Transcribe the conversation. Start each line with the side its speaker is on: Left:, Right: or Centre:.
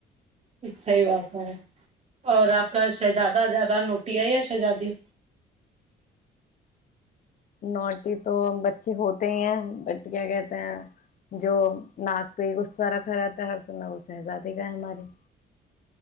Right: صحی بات ہے اور آپ کا شہزادہ زیادہ نوٹی ہے یا شہزادی
Left: نوٹی تو بچے ہوتے ہی ہیں بٹ کیا کہتے ہیں جو ناک پہ غصہ رکھا رہتا ہے ہر سو میں وہ سہزادے کا ہے ہماراری